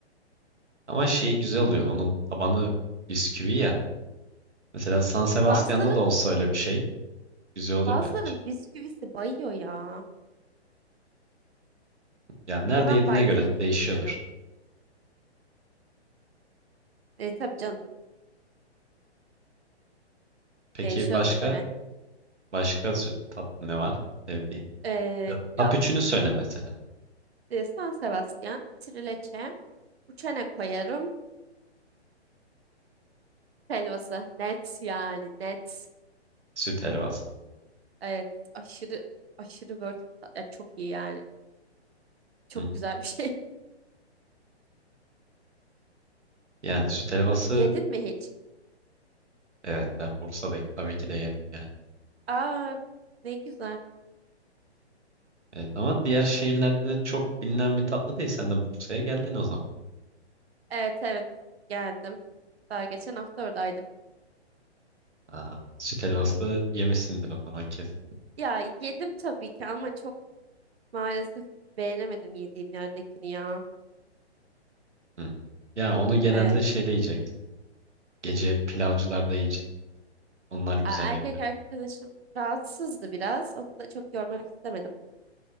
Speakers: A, on the right (about 90°); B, on the right (about 65°).
A: Ama şey güzel oluyor. Onun tabanı bisküvi ya. Mesela San Sebastian'da
B: Bazıların
A: da olsa öyle bir şey güzel olur
B: bazıların
A: bence.
B: bisküvisi bayıyor ya.
A: Yani nerede
B: Ya ben
A: yediğine
B: baydığını
A: göre de
B: düşünüyorum.
A: değişiyordur.
B: E tabii canım
A: Peki
B: değişiyordur
A: başka
B: tabii.
A: başka sütlü tatlı ne var sevdiğin?
B: Ee,
A: Ya,
B: ya
A: Top üçünü söyle mesela.
B: e, San Sebastian, trileçe, uçene koyarım. Helvası net yani net.
A: Süt helvası.
B: Evet aşırı aşırı word ya çok iyi yani. Çok
A: Hmm.
B: güzel bir şey.
A: Yani süt helvası
B: <laughs> Yedin mi hiç?
A: evet ben Bursa'dayım. Tabii ki de yedim yani.
B: Aa ne güzel.
A: Evet ama diğer şehirlerde de çok bilinen bir tatlı değil. Sen de Bursa'ya geldin o zaman.
B: Evet evet geldim. Daha geçen hafta oradaydım.
A: Aa, süt helvası yemişsindir o zaman kesin.
B: Ya yedim tabii ki ama çok Maalesef beğenemedim yediğim yerdekini ya.
A: Hmm. Ya onu genelde
B: Evet.
A: şeyde yiyeceksin. Gece pilavcılarda yiyeceksin. Onlar güzel
B: E, Erkek
A: yapıyor.
B: arkadaşım rahatsızdı biraz. Onu da çok yormak istemedim.